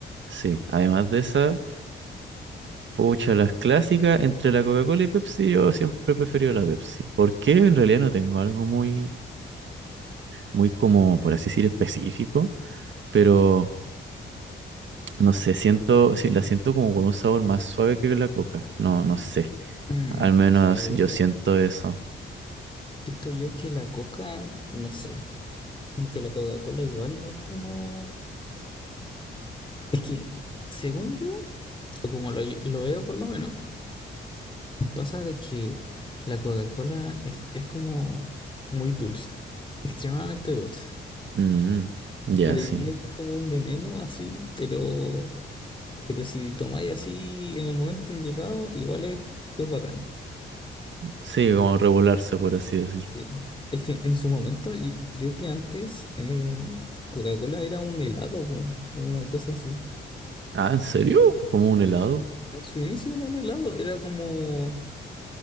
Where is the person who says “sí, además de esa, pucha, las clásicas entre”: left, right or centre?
Right